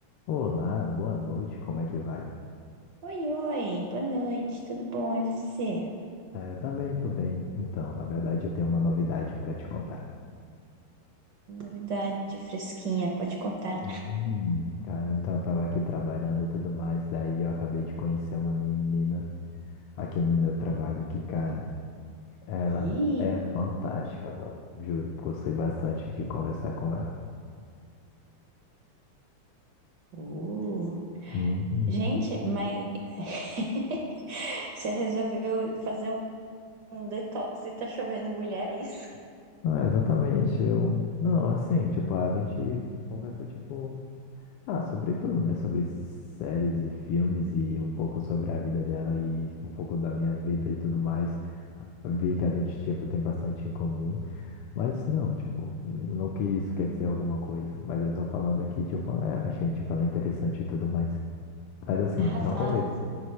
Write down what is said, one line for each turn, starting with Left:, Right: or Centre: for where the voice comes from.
Left: Olá, boa noite, como é que vai?
Right: Oi, oi, boa noite, tudo bom? E você?
Left: Ah, eu também tô bem. Então, na verdade, eu tenho uma novidade pra te contar.
Right: Novidade fresquinha, pode contar.
Left: Hum, cara, então eu tava aqui trabalhando e tudo mais, daí eu acabei de conhecer uma menina aqui no meu trabalho que, cara, ela
Right: Ih,
Left: é fantástica, mano. Juro, gostei bastante de conversar com ela.
Right: uh,
Left: Uhum.
Right: gente, mas <laughs> você resolveu fazer um detox e tá chovendo mulher, é isso?
Left: Não, exatamente, eu... Não, assim, tipo, a gente conversa, tipo. Ah, sobre tudo, né? Sobre séries e filmes e um pouco sobre a vida dela e um pouco da minha vida e tudo mais. Vi que a gente, tipo, tem bastante em comum, mas não, tipo, não que isso quer dizer alguma coisa, mas eu tô falando que, tipo, é, achei, tipo, ela interessante e tudo mais. Mas assim,
Right: Ah,
Left: já
Right: tá.
Left: é um começo.